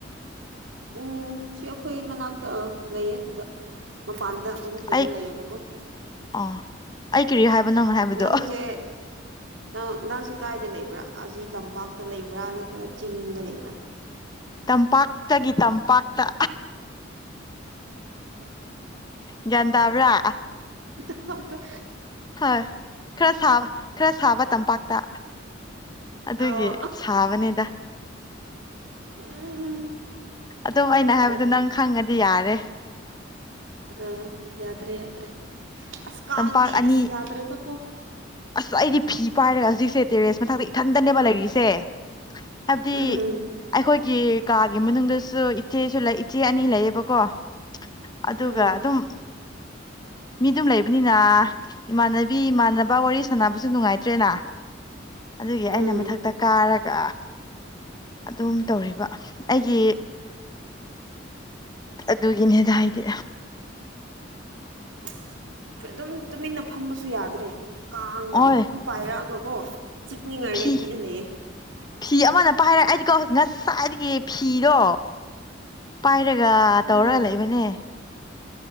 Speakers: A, on the right (about 75°); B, on the left (about 20°).
A: ꯎꯝ ꯁꯤ ꯑꯩꯈꯣꯏ ꯃꯅꯥꯛꯇ ꯂꯩꯌꯦ ꯑꯗꯨꯗ ꯃꯄꯥꯟꯗ ꯑꯗꯨꯝ ꯀꯩꯅꯣ
B: ꯑꯩ
A: ꯂꯩꯌꯦꯕꯀꯣ
B: ꯑ ꯑꯩ ꯀꯔꯤ ꯍꯥꯏꯕꯅꯣ ꯍꯥꯏꯕꯗꯣ
A: ꯅꯪꯁꯦ ꯅꯪ ꯅꯪꯁꯦ ꯀꯥꯏꯗ ꯂꯩꯕ꯭ꯔꯥ ꯑꯁꯤ ꯇꯝꯄꯥꯛꯇ ꯂꯩꯕ꯭ꯔꯥ ꯅꯠꯇ꯭ꯔ ꯆꯤꯡꯗ ꯂꯩꯕ꯭ꯔꯥ
B: ꯇꯝꯄꯥꯛꯇꯒꯤ ꯇꯝꯄꯥꯛꯇ ꯒ꯭ꯌꯥꯟ ꯇꯥꯕ꯭ꯔꯥ
A: ꯄꯠꯇ
B: ꯍ ꯈꯔ ꯁꯥꯕ ꯈꯔ ꯁꯥꯕ ꯇꯝꯄꯥꯛꯇ ꯑꯗꯨꯒꯤ
A: ꯑꯧ
B: ꯁꯥꯕꯅꯤꯗ
A: ꯎꯝ
B: ꯑꯗꯨꯝ ꯑꯩꯅ
A: ꯄꯨꯔꯥ
B: ꯍꯥꯏꯕꯗꯣ ꯅꯪ ꯈꯪꯉꯗꯤ ꯌꯥꯔꯦ꯫
A: ꯑ ꯌꯥꯗ꯭ꯔꯦ ꯌꯥꯗ꯭ꯔꯦ ꯑꯁ ꯀꯥꯡꯗꯤ
B: ꯇꯝꯄꯥꯛ ꯑꯅꯤ
A: ꯑꯁ ꯌꯥꯗ꯭ꯔꯦꯗꯀꯣ
B: ꯑꯁ ꯑꯩꯗꯤ ꯐꯤ ꯄꯥꯏꯔꯒ ꯍꯧꯖꯤꯛꯁꯦ ꯇꯦꯔꯦꯁ ꯃꯊꯛꯇ ꯏꯊꯟꯗꯅꯦꯕ ꯂꯩꯔꯤꯁꯦ ꯍꯥꯏꯕꯗꯤ
A: ꯎꯝ
B: ꯑꯩꯈꯣꯏ ꯀꯥꯒꯤ ꯃꯅꯨꯡꯗꯁꯨ ꯏꯆꯦꯁꯨ ꯏꯆꯦ ꯑꯅꯤ ꯂꯩꯌꯦꯕꯀꯣ ꯑꯗꯨꯒ
A: ꯎꯝ
B: ꯑꯗꯨꯝ ꯃꯤ ꯑꯗꯨꯝ ꯂꯩꯕ ꯕꯅꯤꯅ ꯏꯃꯥꯟꯅꯕꯤ ꯏꯃꯥꯟꯅꯕ ꯋꯥꯔꯤ ꯁꯥꯟꯅꯕꯁꯨ ꯅꯨꯡꯉꯥꯏꯇ꯭ꯔꯦꯅ ꯑꯗꯨꯒꯤ ꯑꯩꯅ
A: ꯎꯝ
B: ꯃꯊꯛꯇ ꯀꯥꯔꯒ ꯑꯗꯨꯝ ꯇꯧꯔꯤꯕ ꯑꯩꯒꯤ ꯑꯗꯨ ꯏꯅꯦꯗ ꯍꯥꯏꯗ
A: ꯑꯁ ꯑꯗꯨꯝ ꯇꯨꯃꯤꯟꯅ ꯐꯝꯕꯁꯨ ꯌꯥꯗ꯭ꯔꯦ ꯀꯥꯡꯗ
B: ꯍꯣꯏ
A: ꯂꯝ ꯄꯥꯏꯔꯛꯑꯒ ꯀꯣ ꯆꯤꯛꯅꯤꯉꯥꯏ
B: ꯐꯤ
A: ꯔꯦꯗꯤꯗ ꯂꯩꯌꯦ
B: ꯐꯤ ꯑꯃꯅ ꯄꯥꯏ ꯍꯥꯏꯔꯛ ꯑꯩꯗꯤꯀꯣ ꯍꯧꯖꯤꯛ ꯉꯁꯥꯏꯗꯒꯤ ꯐꯤꯗꯣ ꯄꯥꯏꯔꯒ ꯇꯧꯔꯒ
A: ꯎꯝ
B: ꯂꯩꯕꯅꯦ